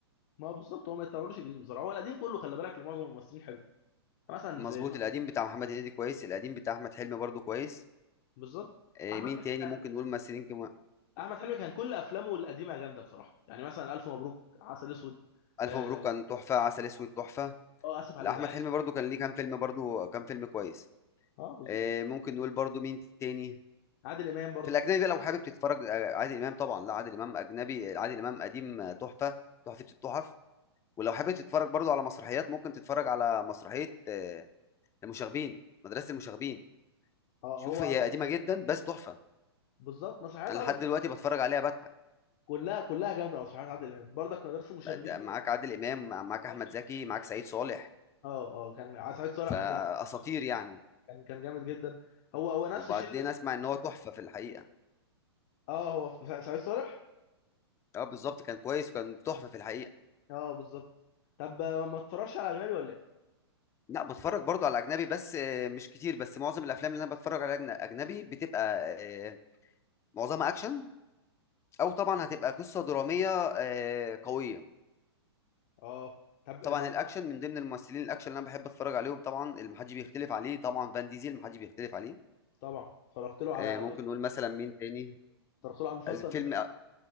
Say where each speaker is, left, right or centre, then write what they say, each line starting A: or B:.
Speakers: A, on the left; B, on the left.
A: ما هو بالظبط هو ما يطلعولوش الجديد بصراحه هو القديم كله خلي بالك لمعظم الممثلين حلو مثلا
B: مظبوط
A: في في-
B: القديم بتاع محمد هنيدي كويس القديم بتاع احمد حلمي برضو كويس
A: بالظبط
B: آه،
A: احمد
B: مين
A: حلمي
B: تاني
A: كان
B: ممكن نقول ممثلين كمان
A: احمد حلمي كان كل افلامه القديمه جامده بصراحه يعني مثلا الف مبروك عسل اسود اه
B: الف مبروك كان تحفه عسل اسود تحفه
A: آه، اسف على
B: لا
A: الازعاج
B: احمد حلمي برضو كان ليه كام فيلم برضو كام فيلم كويس
A: اه بالظبط
B: آه، ممكن نقول برضو مين تاني
A: عادل امام برضه
B: في الأجنبي بقى لو حابب تتفرّج آآ عادل إمام طبعًا، لأ عادل إمام أجنبي عادل إمام قديم آه، تحفة، تحفة التُحَف، ولو حابب تتفرّج برضه على مسرحيات ممكن تتفرّج على مسرحية آه، المشاغبين، مدرسة المشاغبين،
A: اه
B: شوف
A: هو
B: هي قديمة جدًا بس تحفة،
A: بالظبط مسرحيات
B: أنا
A: عادل
B: لحد
A: امام
B: دلوقتي
A: كلها
B: باتفرّج عليها باضحك،
A: كلها كلها جامده مسرحيات عادل امام برضك مدرسه مشاغبين
B: أنت معاك
A: والعيال
B: عادل إمام، معاك أحمد
A: كبرت
B: زكي، معاك سعيد صالح،
A: اه اه كان ع- سعيد صالح
B: فأساطير
A: في في العيال كبرت برضه.
B: يعني،
A: كان كان جامد جدا هو هو نفس
B: وبعدين
A: شله
B: أسمع إن هو تحفة في الحقيقة،
A: اه هو في سع- سعيد صالح
B: آه بالضبط كان كويس وكان تحفة في الحقيقة،
A: اه بالظبط طب آه، ما اتفرجش على اجنبي ولا ايه
B: لأ باتفرّج برضه على أجنبي بس آه، مش كتير، بس معظم الأفلام اللي أنا باتفرّج عليها أجن أجنبي بتبقى آآ معظمها اكشن او طبعا هتبقى قصه دراميه آه، قويه
A: اه طب
B: طبعا
A: آه، ما...
B: الاكشن
A: ما...
B: من ضمن الممثلين الاكشن اللي انا بحب اتفرج عليهم طبعا اللي محدش بيختلف عليه طبعا فان ديزل محدش بيختلف عليه
A: طبعا اتفرجت له
B: آه،
A: على
B: ممكن
A: فاست
B: نقول مثلا مين تاني
A: اتفرجت له عند فاست
B: از- فيلم
A: اند فيريوس